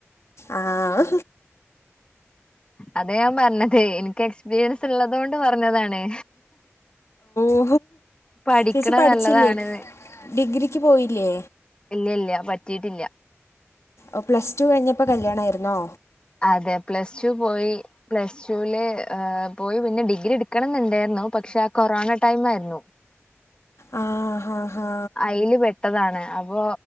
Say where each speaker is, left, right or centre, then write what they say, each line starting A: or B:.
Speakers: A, on the left; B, on the left.
A: ആഹ
B: അതെ പറഞ്ഞത് എനിക്ക് എക്സ്പീരിയൻസ് ഉള്ളതൊണ്ട് പറഞ്ഞതാണ്
A: ഓ
B: പഠിക്കണ
A: ചേച്ചി പഠിച്ചില്ലേ
B: നല്ലതാണ്
A: ഡിഗ്രിക്ക് പോയില്ലേ
B: ഇല്ല ഇല്ല പറ്റിട്ടില്ല
A: ഓ പ്ലസ് ടു കഴിഞ്ഞപ്പോ കല്യാണ ആരുന്നോ
B: അതെ പ്ലസ് ടു പോയി പ്ലസ് ടുൽ പോയി പിന്നെ ഡിഗ്രി എടുക്കണം എന്നുണ്ടായിരുന്നു പക്ഷെ ആഹ് കൊറോണ ടൈം ആയിരുന്നു
A: ആ ഹാ ഹാ
B: അയില് പെട്ട് താണ് അപ്പോ